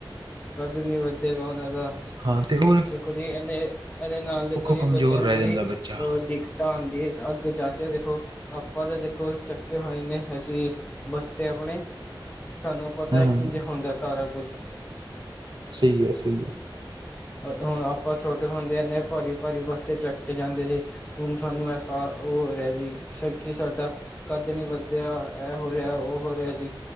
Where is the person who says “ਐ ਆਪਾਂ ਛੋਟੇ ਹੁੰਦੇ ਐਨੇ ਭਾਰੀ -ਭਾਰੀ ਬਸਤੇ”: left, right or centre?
Left